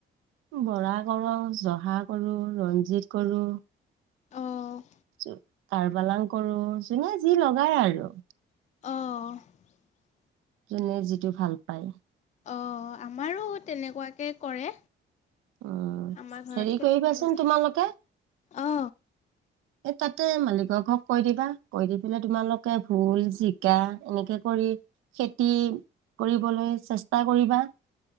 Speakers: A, on the right (about 85°); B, on the left (about 35°).
A: বৰা কৰোঁ, জহা কৰোঁ, ৰঞ্জিত কৰোঁ
B: অ',
A: চব কাৰবাদাম কৰোঁ, জোনে যি লগাই আৰু
B: অ'
A: জোনে যিটো ভাল পায়
B: অ', আমাৰো তেনেকুৱাকৈ কৰে
A: উম
B: আমাৰ ঘৰত
A: হেৰি
B: খেতি
A: কৰিবাচোন
B: কৰে যে,
A: তোমালোকে
B: অ
A: এই তাতে মালিকৰ ঘৰক কৈ দিবা, কৈ দি পেলাই তোমালোকে ভোল, জিকা এনেকে কৰি খেতি কৰিবলৈ চেষ্টা কৰিবা।